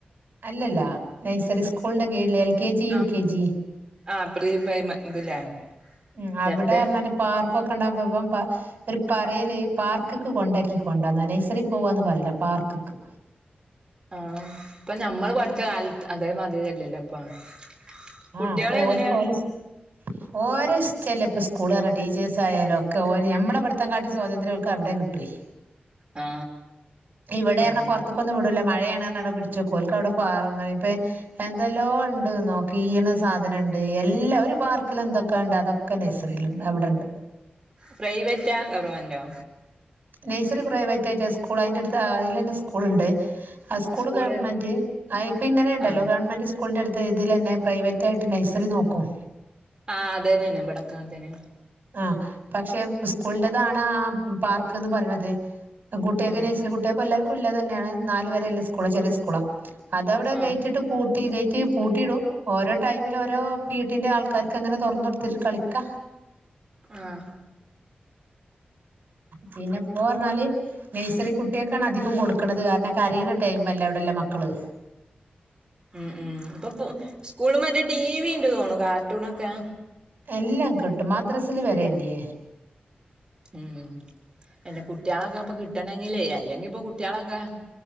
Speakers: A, on the right; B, on the right.
A: ല്ലല്ല നൈസറി സ്കൂളിന്റെ കീഴില് എൽ കെ ജി, യൂ
B: ആ
A: കെ ജി
B: ആ പ്രീ പ്രൈമ ഇതില്ലേ
A: ഉം അവിടെന്നറഞ്ഞാൽ
B: ചെറുത്
A: പാർ കൊക്കെണ്ടാകുമ്പോ ഇബൻ പ ഒര് പറയല് പാർക്ക് കൊണ്ടാക്കികൊണ്ടന്ന നഴ്റി പോകാന്ന് പറയില്ല പ പാർക്ക്ക്ക്
B: ആ ഇപ്പൊ ഞമ്മൾ പഠിച്ച കാലത്ത് അതേമാതിരില്ലല്ലോ ഇപ്പ ആ കുട്ട്യേൾ
A: ആഹ് അപ്പൊ
B: എങ്ങനെ
A: ഓൽക്ക് ഓലെ ഇഷ് ഓരെ ഇഷ്ടല്ലെപ്പോ സ്കൂൾന്ന് പറ ടീച്ചേഴ്സായാലോ ഒക്കെ ഓര് ഞമ്മളെ അവിടുങ്ങാട്ടി സ്വാതന്ത്ര്യം ഓല്ക് അവിടെ കിട്ടോയ്.
B: ആ
A: ഇവിടെറഞ്ഞ
B: അങ്ങനെ
A: പൊറത്തുക്കൊന്നും വിടൂല മഴയാണ്റഞ്ഞ് അവിടെ പിടിചെക്കോല്കവിടെ പാറ ഇപ്പൊ എന്തെല്ലോ ഇണ്ട്ന്നോ കീണ സാധനണ്ട് എല്ലാ ഒരു പാർക്കിൽ എന്തൊക്കെ ഉണ്ട് അതൊക്കെ നഴ്സറിയിലുണ്ട് അവിടെണ്ട്.
B: പ്രൈവറ്റാ ഗവർമെന്റോ
A: നഴ്സറി പ്രൈവറ്റായിട്ട് സ്കൂൾ അതിന്റെ അടുത്ത് അതിലെന്നെ സ്കൂളുണ്ട്. ആ സ്കൂൾ
B: സ്കൂള്
A: ഗവൺമെന്റ് ആഹ് പ്പങ്ങനെ ഇണ്ടല്ലോ
B: ആ
A: ഗവൺമെന്റ് സ്കൂളിന്റെ അടുത്‌ ഇതിലന്നെ പ്രൈവറ്റ് ആയിട്ട് നൈസറി നോക്കും.
B: ആഹ് അതെ തന്നെ ഇവടെക്കെ അങ്ങനെത്തന്നെണ്.
A: ആ പക്ഷെ സ്കൂളിന്റെതാണ് ആ പാർക്ക്ന്ന് പറയണത്. കുട്ടേക്
B: ആഹ്
A: നൈസറി കുട്ടേക്കും എല്ലാവർക്കുല്ലതന്നേണ് നാല് വരേല്ല സ്കൂള് ചെറിയ സ്കൂളാ അതവിടെ
B: ആഹ്
A: ഗെയ്റ്റിട്ട് പൂ ട്ടി ഗേറ്റ് പൂട്ടിയിടും ഓരോ ടൈമില് ഓരോ പീട്ടിന്റെ ആൾക്കാർക്ക് അങ്ങനെ തുറന്നൊടുത്തിട്ട് കളിക്ക.
B: ആഹ്
A: പിന്നെ പ്പോറഞ്ഞാല് നെയ്സറി കുട്ടിയെക്കാണ് അധികം കൊടുക്കണത്. കാരണം കരയ്ണ ടൈമല്ലേ അവിടെല്ലാം മക്കള്.
B: ഉം ഉം ഇപ്പൊ പോ സ്കൂള് മറ്റേ ടിവിണ്ട് തോന്നുണു കാർട്ടൂൺൊക്കെ
A: എല്ലാം കിട്ടും മദ്റസ്സില് വരെല്ലേ.
B: ഉം എന്റെ കുട്ട്യേലൊക്കെ ഇപ്പൊ കിട്ടണങ്കിലേ അല്ലെങ്കിപ്പൊ കുട്ടികളൊക്കെ